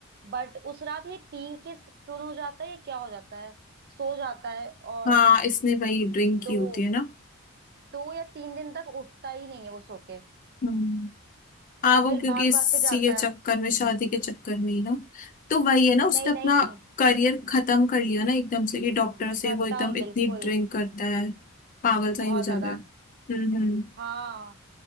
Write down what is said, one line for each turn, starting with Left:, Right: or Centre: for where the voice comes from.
Right: बट उस रात ये पी के टून हो जाता है या क्या हो जाता है सो जाता है और
Left: हाँ इसने वही ड्रिंक की
Right: दो
Left: होती है ना
Right: दो या तीन दिन तक उठता ही नहीं है वो सो के
Left: हम्म। हाँ वो
Right: फिर
Left: क्योंकि
Right: भाग
Left: इसी
Right: भाग के जाता
Left: के चक्कर
Right: है
Left: में शादी के चक्कर में ही ना तो वही है ना उसने
Right: नहीं
Left: अपना
Right: नहीं
Left: करियर खत्म कर लिया ना एकदम से कि डॉक्टर से
Right: खत्म
Left: वो एकदम इतनी
Right: बिल्कुल
Left: ड्रिंक करता है पागल सा
Right: बहुत
Left: ही हो
Right: ज्यादा
Left: जाता है हम्म हम्म
Right: हाँ